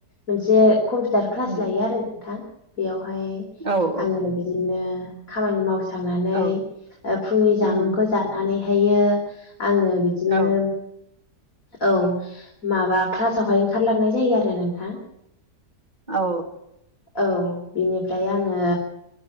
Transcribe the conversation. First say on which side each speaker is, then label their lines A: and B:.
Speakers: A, on the left (about 55°); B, on the right (about 25°).
A: मोनसे कम्पिउटार क्लास
B: उम
A: लायो आरो नोंथां बेयावहाय
B: औ औ
A: आङो बिदिनो खामानि माव फोसांनानै
B: औ
A: फुंनि
B: उम
A: जामुंखौ जानानैहायो आङो बिदिनो
B: औ
A: औ माबा क्लासावहाय ओंखारलांनाय जायो आरो नोंथां
B: औ
A: औ बिनिफ्राय आङो